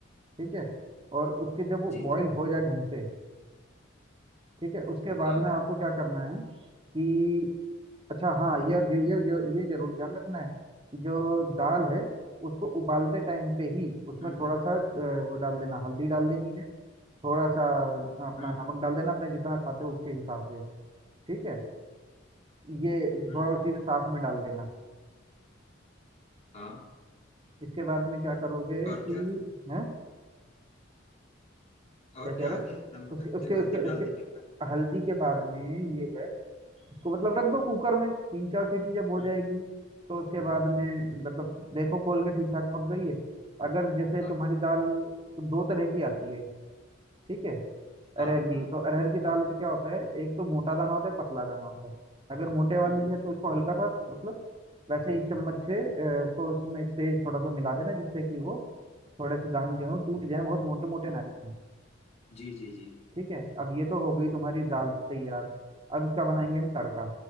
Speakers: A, on the right; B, on the left.
A: ठीक है और उसके जब वो
B: जी जी
A: बॉईल हो जाए ढंग से ठीक है उसके बाद
B: हाँ
A: में आपको क्या करना है कि अच्छा हाँ ये ये ये ये जरूर ध्यान रखना है कि जो दाल है उसको उबालते टाइम पे ही उसमें
B: हम्म
A: थोड़ा सा अ, वो डाल देना हल्दी डाल देनी है थोड़ा सा अपना
B: हम्म
A: नमक
B: हम्म
A: डाल देना अपने जितना खाते हो उसके हिसाब से ठीक है ये
B: हम्म,
A: थोड़ा
B: हम्म,
A: उसी में साथ में डाल देना
B: हाँ
A: इसके बाद में क्या करोगे
B: और
A: कि
B: क्या
A: है
B: और
A: क्या कह
B: क्या
A: रहे
B: आगे
A: हो
B: नम
A: उसके उसके
B: हल्दी
A: उसके उसके
B: डालने के बाद
A: हल्दी के बाद में ये है इसको मतलब रख दो कुकर में तीन चार सीटी जब हो
B: हम्म,
A: जाएगी तो उसके बाद में मतलब देखो खोल के ठीक ठाक पक गई है अगर जैसे
B: हाँ
A: तुम्हारी दाल तो दो तरह की आती है ठीक है अरहर
B: हाँ हाँ
A: की
B: हाँ
A: तो अरहर की दाल में क्या होता है एक तो मोटा दाना होता है एक पतला दाना होता है अगर मोटे वाली
B: हम्म, हम्म,
A: है तो उसको हल्का सा मतलब वैसे ही चम्मच से अ, उसको उसमें तेज थोड़ा सा मिला देना जिससे कि वो थोड़े से दाने जो हो टूट जाए बहुत मोटे मोटे ना लिखें
B: जी जी जी
A: ठीक है अब ये तो हो गई तुम्हारी दाल तैयार अब इसका बनाएंगे हम तड़का